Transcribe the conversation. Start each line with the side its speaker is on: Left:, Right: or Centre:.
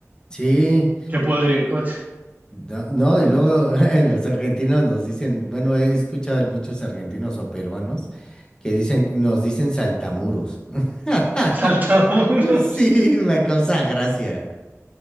Left: Sí.
Right: que puedo ir en coche. <laughs>
Left: No, no, y luego <laughs> los argentinos nos dicen, bueno, he escuchado a muchos argentinos o peruanos que dicen, nos dicen saltamuros. <laughs>
Right: Saltamuros.
Left: Sí, me causa gracia.